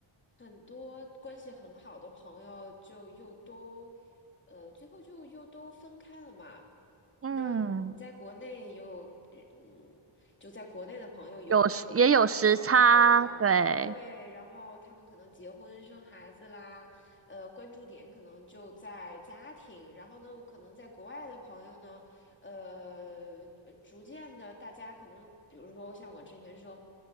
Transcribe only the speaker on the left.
很多关系很好的朋友就又都，呃，最后就又都分开了嘛。
那你在国内有，嗯，就在国内的朋友有也有他们的生活，
对，然后他们可能结婚生孩子啦，呃，关注点可能就在家庭。然后呢，我可能在国外的朋友呢，呃，呃逐渐的，大家可能，比如说像我之前说，